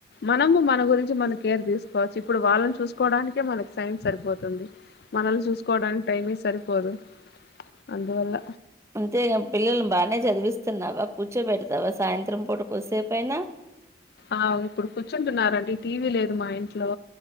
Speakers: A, on the left; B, on the right.
A: మనము మన గురించి మన కేర్ తీసుకోవచ్చు ఇప్పుడు వాళ్ళని చూసుకోవడానికే మనకి సైన్ సరిపోతుంది మనల్ని చూసుకోవడానికి టైమే సరిపోదు అందువల్ల
B: అంతేగా పిల్లలను బానే చదివిస్తన్నావా కూర్చోబెడ లేదా సాయంత్రం పుట కొసే పైనా
A: ఆ ఇప్పుడు కూర్చుంటున్నారండి టీవీ లేదు మా ఇంట్లో